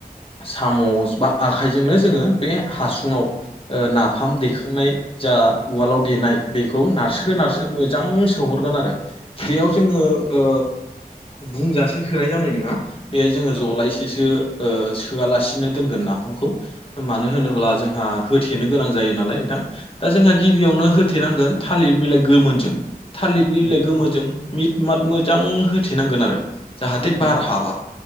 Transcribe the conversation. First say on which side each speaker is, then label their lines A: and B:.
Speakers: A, on the left; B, on the right.
A: सामस बा आखाइजोंनो जोङो बे हासुङाव नाफाम देखांनाय जा उवालाव देनाय बेखौ नारसो नारसो मोजां सोहरगोन आरो बेयाव जोङो ओ बुंजासे सोनाय जानाय नङा बेहाय जोङो
B: औ
A: जलायसे सो ओ सोआलासिनो दोनगोन नाफामखौ मानो होनोब्ला जोंहा होथेनो गोनां जायो नालाय नोंथां दा जोंहा गिबियावनो
B: औ
A: होथेनांगोन थालिर बिलाइ गोमोनजों थालिर बिलाइ
B: उम
A: गोमोजों मिद माद मोजां होथेनांगोन आरो जाहाथे
B: उम
A: बार
B: उम
A: हाबा